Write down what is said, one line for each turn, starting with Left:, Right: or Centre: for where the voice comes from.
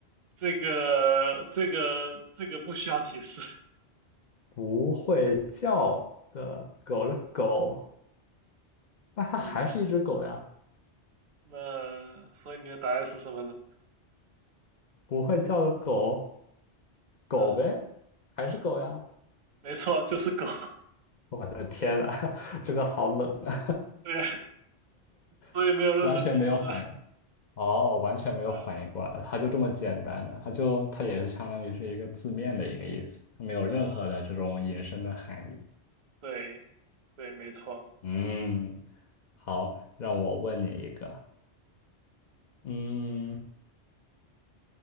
Right: 这个这个这个不需要提示。
Left: 不会叫的狗，的狗，那它还是一只狗呀？
Right: 嗯，那所以你的答案是什么呢？
Left: 不会叫的狗，狗呗，
Right: 啊，
Left: 还是狗呀？
Right: 没错，就是狗。<laughs>
Left: 我的天呐，<laughs> 这个好冷啊，
Right: 对呀，所以没有任何提示。
Left: <laughs> 完全没有反应。哦，完全没有反应过来，
Right: 嗯
Left: 它就这么简单的，它就它也是相当于是一个字面的一个意思，它没有任何的这种引申的含义。
Right: 嗯，对对，没错。
Left: 嗯，好，让我问你一个，嗯，